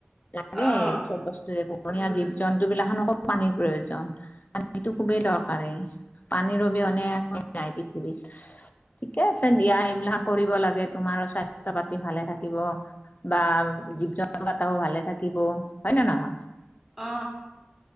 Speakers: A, on the left; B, in the centre.
A: লাগে
B: অ',
A: চব বস্তুৰে পোহনীয়া
B: উম,
A: জীৱ -জন্তু বিলাখনকো পানীৰ প্ৰয়োজন, পানীতো খুবেই দৰকাৰেই। পানীৰ অবিহনে আমি নাই পৃথিৱীত।
B: উ <inaudible>
A: ঠিকে আছে দিয়া সেইবিলাক কৰিব লাগে তোমাৰো স্বাস্থ্য পাতি ভালে থাকিব বা জীৱ জন্তু কেটাও ভালে থাকিব হয় নে নহয়
B: অ